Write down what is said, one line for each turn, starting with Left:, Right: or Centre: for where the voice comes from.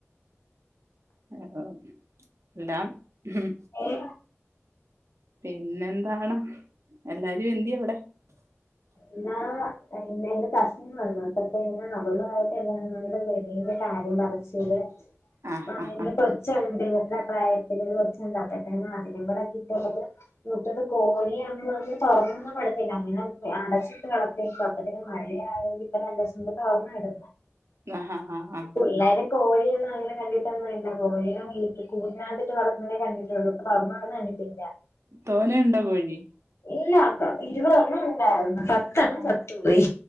Right: <inaudible> ല്ലാം ഉം
Left: ഉം
Right: പിന്നെന്താണ് എല്ലാരും എന്തിയെ അവിടെ <inaudible>
Left: <unintelligible> കാര്യം പറഞ്ഞ്
Right: ആഹ്
Left: <inaudible> <unintelligible>
Right: ആഹ് ആഹ്
Left: പ്രായത്തില് <unintelligible> <unintelligible> കോഴിയാണെന്നും പറഞ്ഞ് പറഞ്ഞൊന്നും വിടത്തില്ല <unintelligible> അടച്ചിട്ട് വളർത്തി അപ്പത്തെക്ക് മഴയായൊണ്ട് ജസ്റ്റ് ഒന്ന് തൊർന്നട്ടത്
Right: ങ്ങാ ആഹ് ആഹ് ആഹ്
Left: പുള്ളാരെ കോഴിയൊന്നുങ്ങനകണ്ടിട്ടൊന്നും ഇല്ല കോഴിനെ വീ കൂട്ടിനാത്തിട്ട് വളർത്തുന്നതേ കണ്ടിട്ടൊള്ളു പറന്നുപോണത് കണ്ടിട്ടില്ല
Right: തോനെയൊണ്ടോ കോഴി
Left: ഇല്ലാത്ത ഇരുപതെണ്ണം ഉണ്ടായിരുന്നു പത്തെണ്ണം
Right: ആഹ്
Left: ചത്തുപോയി